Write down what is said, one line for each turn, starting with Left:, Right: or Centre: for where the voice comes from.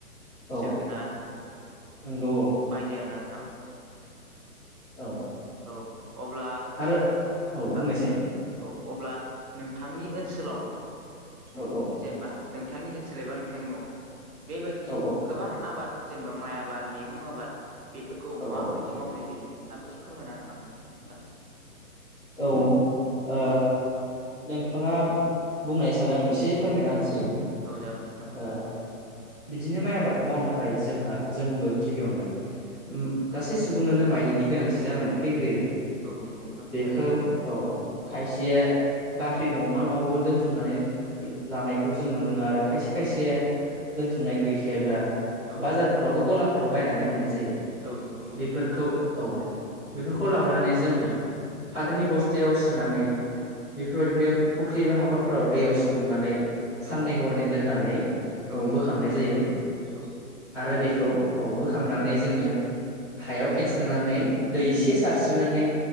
Centre: औ
Right: जोगोनार
Centre: नंगौ औ
Right: बायदि आरोना नोंथां
Centre: औ
Right: औ अब्ला
Centre: आरो औ
Right: हो
Centre: बुंनायसाय
Right: औ अब्ला नों नोंथांनि ओनसोलाव
Centre: औ
Right: ओ
Centre: औ
Right: जेनेबा नोंथांनि ओनसोल एबा नोंथांनि न' बेबायदि
Centre: औ
Right: दि गोबां आबाद जेनेबा माइ आबाद मेगं आबाद बेफोरखौ
Centre: औ
Right: माबायदि मावनाय जायो नोंथाङा एसे फोरमायना होनो हागोन नोंथां
Centre: औ ओ नोंथाङा बुंनाय हिसाबै आं एसे फोरमायना होनोसै
Right: औ जागोन नोंथां
Centre: ओ बिदिनो माइ आबादखौ मावनो थाखाय जोंहा जोंबो गिबियावनो ओ गासै सुबुंनोनो माइलिनि गोनांथि जानानै फैग्रोयो
Right: औ नंगौ नोंथां
Centre: बेखौ
Right: थारैनो
Centre: औ खायसेया बा ख्रि न'मा न'आवबो दोनथुमनानै लानायखौ जों नुनो मोनो आरो खायसे खायसे सेया दोनथुमनाय गैखायाब्ला
Right: औ
Centre: बाजारफोरावबो गलाफोराव बायनानै मोननाय जायो
Right: औ नंगौ नोंथां
Centre: बेफोरखौ
Right: थारैनो
Centre: औ बेफोरखौ लाबोनानै जोङो फाथोनि बस्थायाव सोनानै बेफोरबायदिनो फुख्रि एबा हाखर फोराव दैयाव सोमनानै साननै
Right: औ
Centre: हरनै दोननानै औ
Right: नंगौ
Centre: बोखांनाय
Right: नोंथां
Centre: जायो
Right: औ
Centre: आरो बेखौ औ बोखांनानै जोङो हायाव फेनस्रानानै दै एसे सार स्रिनानै